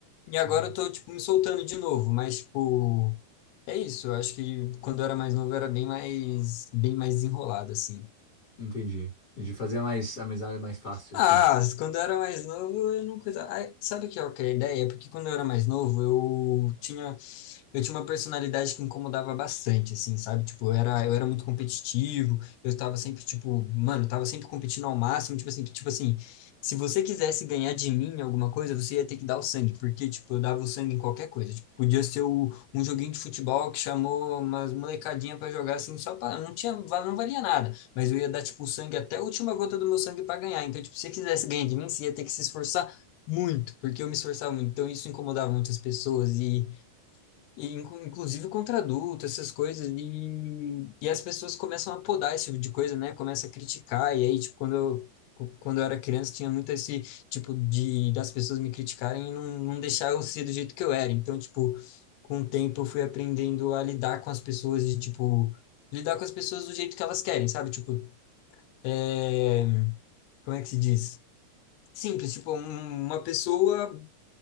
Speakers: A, on the left (about 80°); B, on the left (about 35°).
A: E agora
B: hum.
A: eu tô tipo me soltando de novo, mas tipo, é isso, eu acho que quando eu era mais novo eu era bem mais bem mais desenrolado assim.
B: Entendi, entendi. Fazer mais amizade é mais fácil,
A: Ah,
B: assim.
A: quando eu era mais novo, eu não coisa. Ai, sabe o que é a ideia? É porque quando eu era mais novo, eu tinha eu tinha uma personalidade que incomodava bastante, assim, sabe? Tipo, eu era, eu era muito competitivo, eu estava sempre, tipo, mano, eu tava sempre competindo ao máximo, tipo assim, tipo assim, se você quisesse ganhar de mim em alguma coisa, você ia ter que dar o sangue, porque, tipo, eu dava o sangue em qualquer coisa. Tipo, podia ser o- um joguinho de futebol que chamou umas molecadinha pra jogar, assim, só pra, não tinha, não valia nada mas eu ia dar, tipo, o sangue até a última gota do meu sangue para ganhar. Então, tipo, se você quisesse ganhar de mim, você ia ter que se esforçar muito, porque eu me esforçava muito. Então, isso incomodava muitas pessoas, e, e incu- inclusive contra adulto, essas coisas. E, e as pessoas começam a podar esse tipo de coisa, né? Começa a criticar. E aí, tipo, quando eu. cu- Quando eu era criança, tinha muito esse tipo de das pessoas me criticarem e não, não deixar eu ser do jeito que eu era. Então, tipo, com o tempo eu fui aprendendo a lidar com as pessoas de tipo, lidar com as pessoas do jeito que elas querem, sabe? Tipo, é, como é que se diz? Simples, tipo, um- uma pessoa,